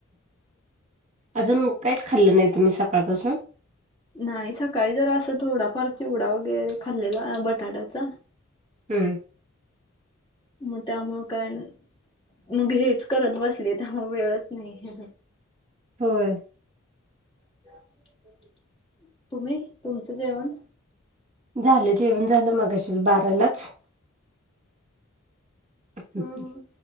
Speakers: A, on the right; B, on the left.
A: अजून काहीच खाल्लं नाही तुम्ही, सकाळपासून.
B: नाही. सकाळी जरा असं, थोडाफार चिवडा वगैरे खाल्लेला, बटाट्याचा.
A: हम्म.
B: मग त्यामुळे काय न. मग हेच करत बसले. त्यामुळे वेळच नाही.
A: होय.
B: <inaudible> तुम्ही? तुमचं जेवण.
A: झालं, जेवण झालं. मगाशीच बारालाच. ह,
B: हम हम
A: ह.